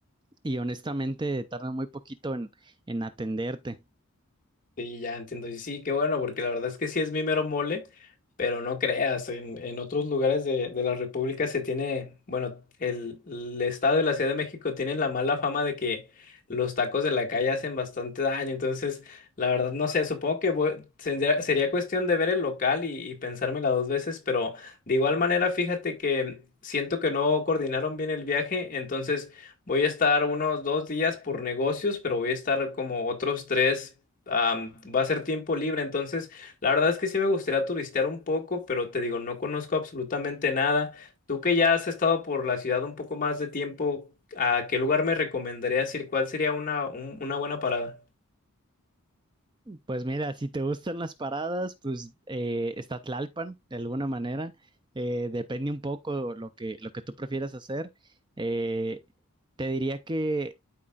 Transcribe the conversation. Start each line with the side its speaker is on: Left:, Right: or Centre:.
Right: y honestamente tardan muy poquito en, en atenderte.
Left: Sí, ya entiendo. Y sí, qué bueno, porque la verdad es que sí es mi mero mole, pero no creas, en, en otros lugares de, de la República se tiene, bueno, el, el Estado y la Ciudad de México tienen la mala fama de que los tacos de la calle hacen bastante daño. Entonces, la verdad, no sé, supongo que voy- sendría- sería cuestión de ver el local y, y pensármela dos veces, pero de igual manera, fíjate que siento que no coordinaron bien el viaje, entonces voy a estar unos dos días por negocios, pero voy a estar como otros tres am, va a ser tiempo libre, entonces la verdad es que sí me gustaría turistear un poco, pero te digo, no conozco absolutamente nada. Tú que ya has estado por la ciudad un poco más de tiempo, ¿a qué lugar me recomendarías ir? ¿Cuál sería una, un- una buena parada?
Right: Pues mira, si te gustan las paradas, pues eh, está Tlalpan de alguna manera. Eh, depende un poco lo que, lo que tú prefieras hacer. Eh, te diría que